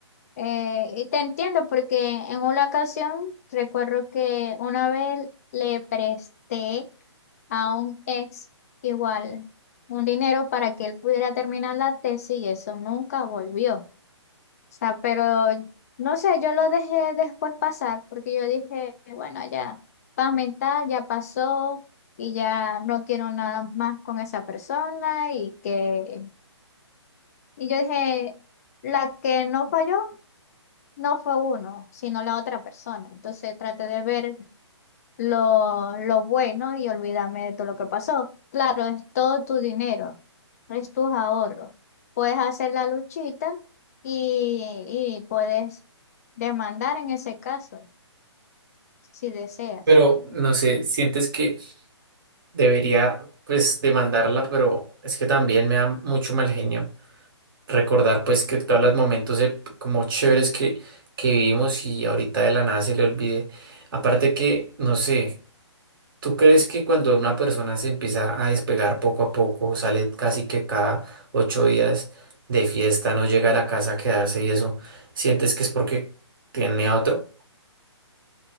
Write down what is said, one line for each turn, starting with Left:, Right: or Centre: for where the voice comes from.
Left: Eh, y te entiendo porque en una ocasión recuerdo que una vez le presté a un ex igual un dinero para que él pudiera terminar la tesis y eso nunca volvió sea, pero no sé, yo lo dejé después pasar porque yo dije, bueno, ya, paz mental, ya pasó y ya no quiero nada más con esa persona y que, y yo dije, la que no falló no fue uno, sino la otra persona. Entonces traté de ver lo, lo bueno y olvídame de todo lo que pasó. Claro, es todo tu dinero, es tus ahorros. Puedes hacer la luchita y, y puedes demandar en ese caso, si deseas.
Right: Pero no sé, sientes que debería pues demandarla, pero es que también me da mucho mal genio recordar pues que todos los momentos eh, como chéveres que, que vivimos y ahorita de la nada se le olvide. Aparte que, no sé, ¿tú crees que cuando una persona se empieza a despegar poco a poco, sale casi que cada ocho días de fiesta, no llega a la casa a quedarse y eso, sientes que es porque tiene a otro?